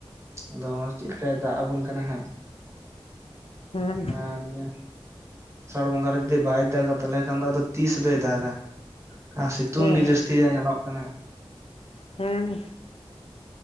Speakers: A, on the right (about 30°); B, on the left (about 80°).
A: ᱟᱫᱚ ᱪᱮᱫ ᱞᱮᱠᱟᱭ ᱫᱟᱜ ᱟᱵᱚᱱ ᱠᱟᱱᱟ ᱦᱟᱸᱜ
B: ᱦᱩᱸ
A: ᱦᱮᱸ ᱱᱤᱭᱟᱹ ᱟᱥᱟᱲ ᱵᱚᱸᱜᱟ ᱨᱮ ᱡᱩᱫᱤ ᱵᱟᱭ ᱫᱟᱜᱟ ᱛᱟᱦᱚᱞᱮ ᱠᱷᱟᱱ ᱫᱚ ᱟᱫᱚ ᱛᱤᱥ ᱫᱚᱭ ᱫᱟᱜᱟ? ᱟᱨ ᱥᱤᱛᱩᱝ
B: ᱦᱮᱸ
A: ᱜᱮ ᱡᱟᱹᱥᱛᱤ ᱧᱮᱞᱚᱜ ᱠᱟᱱᱟ᱾
B: ᱦᱮᱸ